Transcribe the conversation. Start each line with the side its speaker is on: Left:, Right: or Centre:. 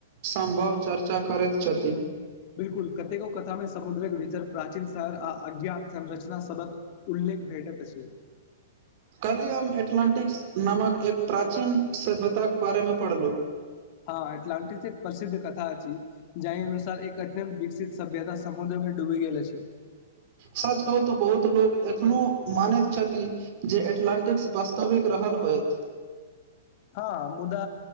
Right: सम्भव चर्चा करैत छथि।
Left: बिलकुल कतेको कथामे समुद्रक भीतर प्राचीन शहर आ अज्ञात संरचना सबक उल्लेख भेटैत अछि।
Right: काल्हि हम एटलान्टिक्स नामक एक प्राचीन सभ्यताक बारेमे पढ़लहुँ
Left: हँ एटलांटिक एक प्रसिद्ध कथा अछि। जाहि अनुसार एक अत्यन्त विकसित सभ्यता समुद्रमे डूबी ग गेल अछि।
Right: सच कहू तऽ बहुत लोग एखनो मानैत छथि जे एटलंटिक वस्तविक रहल होयत।
Left: हँ मुदा